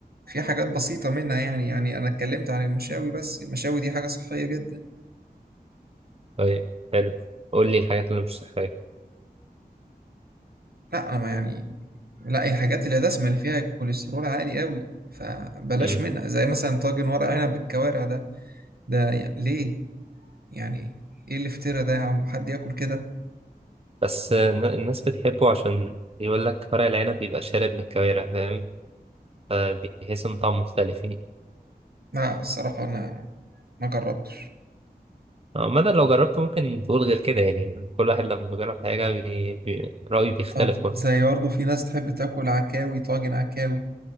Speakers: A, on the right (about 70°); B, on the right (about 35°).
A: في حاجات بسيطة منها يعني يعني أنا اتكلمت عن المشاوي بس المشاوي دي حاجة صحية جدا
B: طيب حلو قول لي الحاجات اللي مش صحية
A: لا أنا ما يعني لا الحاجات اللي دسمة اللي فيها الكوليسترول عالي قوي فبلاش
B: أمم،
A: منها زي مثلا طاجن ورق عنب بالكوارع ده ده يعني ليه يعني إيه الافتراء ده يا عم حد ياكل كده
B: بس آه، الن- الناس بتحبه عشان يقول لك ورق العنب بيبقى شارب من الكوارع فاهم فبيحس إن طعمه مختلف يعني
A: لا الصراحة أنا ما جربتش
B: عامة لو جربته ممكن تقول غير كده يعني كل واحد لما بيجرب حاجة بي... بي... رأيه بيختلف
A: طب
B: برضه
A: زي برضه في ناس تحب تاكل عكاوي طاجن عكاوي